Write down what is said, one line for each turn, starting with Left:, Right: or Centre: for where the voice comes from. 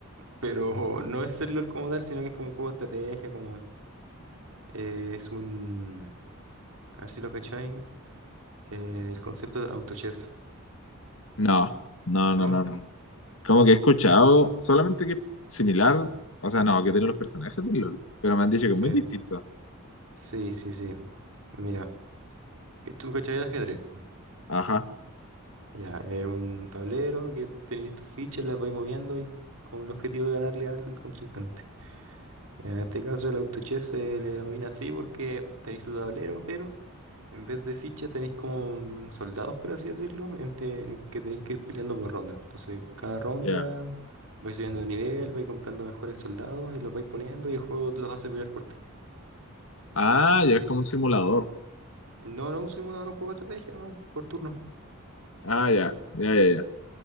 Right: Pero <laughs> no es el LOL como tal, sino que es como un juego de estrategia, como eh, es un... A ver si lo cacháis, eh, el concepto de autochess,
Left: No, no,
Right: ¿no?
Left: no, no, no. Como que he escuchado solamente que es similar, o sea, no, que tiene los personajes del LOL, pero me han dicho que es
Right: Eh,
Left: muy distinto.
Right: Sí, sí, sí. Mira, que ¿tú cachai el ajedrez?
Left: Ajá,
Right: Ya, es un tablero que tenías tus fichas, las vais moviendo y con el objetivo de ganarle al contrincante. Ya, en este caso el autochess se le denomina así porque tenéis tu tablero, pero en vez de fichas tenéis como soldados, por así decirlo, en te- en que tenéis que ir peleando por ronda. Entonces, cada ronda
Left: ya.
Right: vais subiendo de nivel, vais comprando mejores soldados y los vais poniendo y el juego los hace pelear por ti.
Left: Ah, ya
Right: Y-
Left: es como un simulador.
Right: No, no, un simulador, un juego de estrategia, no, por turno.
Left: Ah, ya, ya, ya, ya.